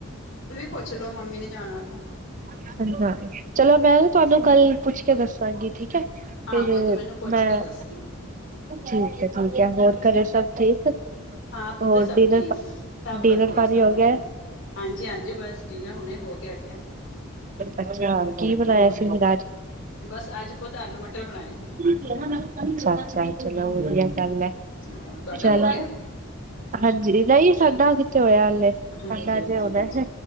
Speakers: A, on the left; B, on the right.
A: ਪੁੱਛਲੋੋ, ਮੰਮੀ ਨੇ ਜਾਣਾ, ਤਾ
B: ਹਾਂ, ਹਾਂਜੀ, ਚਲੋ, ਮੈਂ, ਨਾ ਤੁਹਾਨੂੰ ਕੱਲ ਪੁੱਛਕੇ ਦੱਸਾਂਗੀ ਠੀਕ ਹੈ! ਫਿਰ
A: ਹਾਂ ਪੁੱਤ ਮੈਨੂੰ ਪੁੱਛ
B: ''ਮੈਂ
A: ਕੇ ਦੱਸੀ
B: ਠੀਕ ਹੈ, ਠੀਕ ਹੈ। ਹੋਰ, ਘਰੇ ਸਭ ਠੀਕ?
A: ਹਾਂ, ਪੁੱਤਰ
B: ਹੋਰ
A: ਸਭ
B: ਡਿਨਰ
A: ਠੀਕ! ਸਭ
B: ਡਿਨਰ
A: ਵਧੀਆ,
B: ਪਾਣੀ
A: ਸਭ
B: ਹੋ
A: ਵਧੀਆ!
B: ਗਿਆ
A: ਹਾਂਜੀ, ਹਾਂਜੀ। ਬਸ, ਡੀਨਾ ਹੁਨੇ ਹੋਕੇ ਹਟਿਆ।
B: ਅੱਛਾ। ਕੀ, ਬਣਾਇਆ ਸੀ ਫੇਰ ਆਜ?
A: ਬਸ, ਅੱਜ ਪੁਤ ਆਲੂ-ਮਟਰ ਬਣਾਏ ਸੀ!
B: ਅੱਛਾ- ਅੱਛਾ! ਚਲੋ, ਵਧੀਆ। ਗੱਲ ਹੈ
A: ਤੁਹਾਡਾ
B: ਚਲੋ
A: ਹੋ ਗਿਆ?
B: ਹਾਂਜੀ! ਨਹੀਂ,
A: ਚਲੋ
B: ਸਾਡਾ ਕਿੱਥੇ ਹੋਇਆ। ਹਾਲੇ ਤੁਹਾਡਾ
A: ਹਾਂਜੀ ਹਾਂਜੀ
B: ਅਜੇ ਹੋਣਾ
A: ਹਾਂਜੀ
B: ਜੇ?